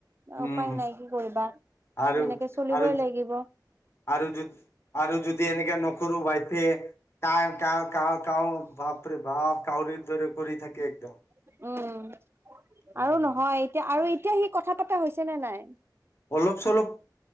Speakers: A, on the left (about 35°); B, on the right (about 30°).
A: উম
B: উপায় নাই কি কৰিবা
A: আৰু
B: এনেকে চলিবই
A: আৰু
B: লাগিব
A: আৰু যদি আৰু যদি এনেকৈ নকৰো বাইছে তাই কা ক কাহ বাপৰে বাপ কাউৰীক দৰে কৰি থাকে একদম
B: উম
A: উম
B: আৰু নহয় এতিয়া আৰু এতিয়া সি কথা পতা হৈছে নে নাই
A: অলপ চলপ